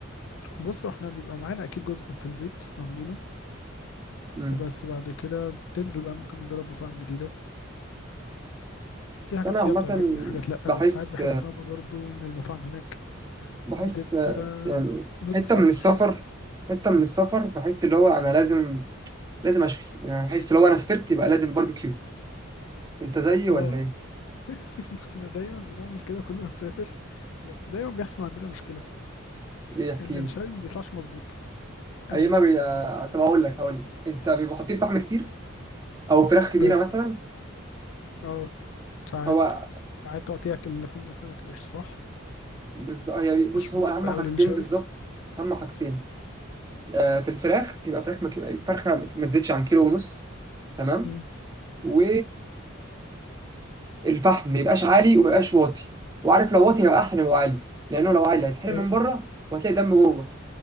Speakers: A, on the left; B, on the right.
A: بص احنا بيبقى معانا اكيد جزء في البيت عاملينه
B: مم.
A: بس بعد كده بتنزل بقى ممكن نجرب مطاعم جديدة في
B: بس
A: حاجات
B: انا
A: فيها
B: عامة
A: بتعجبني وحاجات لأ
B: بحس
A: بس ساعات بحس ان هما برضه ان المطاعم هناك
B: بحس
A: بتبقى
B: آه، يعني
A: بزنس
B: حتة من
A: اكتر
B: السفر حتة من السفر بحس اللي هو أنا لازم لازم أشفي يعني أنا بحس لو أنا سافرت يبقى لازم باربيكيو أنت زيي
A: اه
B: ولا إيه؟
A: <laughs> احنا دايما بنعمل كده كل ما نسافر بس دايما بيحصل عندنا مشكلة
B: إيه احكي
A: ان الشاي
B: لي
A: ما بيطلعش مظبوط ابدا
B: أيما بي... آه، طب أقول لك أقول لك أنت بيبقوا حاطين فحم كتير أو فراخ كبيرة
A: ف-
B: مثلا
A: اه ساعات
B: هو
A: ساعات تقطيعة اللحوم نفسها ما تبقاش صح
B: بز... هي بص
A: مش
B: هو
A: مناسبة
B: أهم حاجتين
A: أوي للشوي
B: بالظبط أهم حاجتين آه، في الفراخ تبقى فراخ مك... فرخة ما ما تزيدش عن كيلو ونص تمام
A: امم
B: و الفحم ما يبقاش عالي وما يبقاش واطي وعارف لو واطي هيبقى احسن يبقى عالي لانه لو عالي هيتحرق
A: ايوه
B: من بره وهتلاقي دم جوه